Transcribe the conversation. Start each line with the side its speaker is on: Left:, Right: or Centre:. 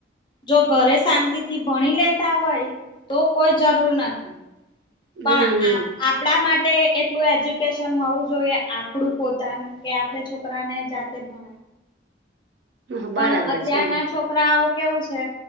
Left: જો ઘરે શાંતિથી ભણી લેતા હોય, તો કોઈ જરૂર નથી. પણ
Right: હમ
Left: આપ આપ આપણા માટે એટલું એજ્યુકેશન હોવું જોઈએ, આપણું પોતાનું કે આપણે છોકરાને જાતે ભ
Right: હમ
Left: પણ
Right: બરાબર
Left: અત્યારના
Right: છે
Left: છોકરાઓ કેવું છે,